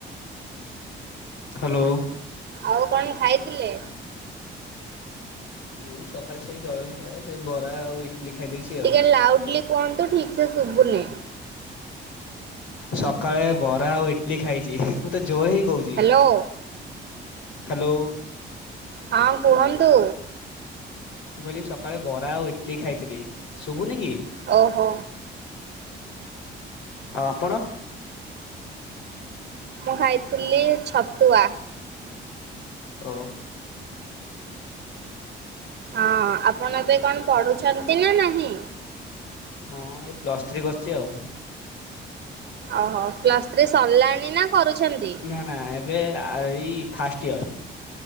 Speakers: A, on the left; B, on the right.
A: ହ୍ୟାଲୋ।
B: ଆଉ କଣ ଖାଇଥିଲେ?
A: ମୁଁ ସକାଳେ ସେଇ ଜଳଖିଆ ସେ ବରା ଆଉ ଇଡିଲି ଖାଇ ଦେଇଛି।
B: ଟିକେ ଲାଉଡଲି କୁହନ୍ତୁ ଠିକ ସେ ଶୁଭୁନି।
A: ସକାଳେ ବରା ଆଉ ଇଟଲିି ଖାଇଛି ମୁଁ ତ ଜୋର ହେଇ କହୁଛି।
B: ହ୍ୟାଲୋ।
A: ହ୍ୟାଲୋ।
B: ହଁ କୁହନ୍ତୁ।
A: ମୁଁ କହିଲି ସକାଳେ ବରା ଆଉ ଇଟଲିି ଖାଇଥିଲି ଶୁଭୁନି କି?
B: ଓହୋ।
A: ଆଉ ଆପଣ।
B: ମୁଁ ଖାଇଥିଲି ଛତୁଆ।
A: ଓ।
B: ହଁ ଆପଣ ଏବେ କଣ ପଢୁଛନ୍ତି ନା ନାହିଁ?
A: ହଁ ଏଇ ପ୍ଲସ୍ ଥ୍ରୀ କରିଛି ଆଉ।
B: ଓହୋ ପ୍ଲସ ଥ୍ରୀ ସରିଲାଣି ନା କରୁଛନ୍ତି।
A: ନା ନା ଏବେ ଏଇ ଫାଷ୍ଟ ଇୟର।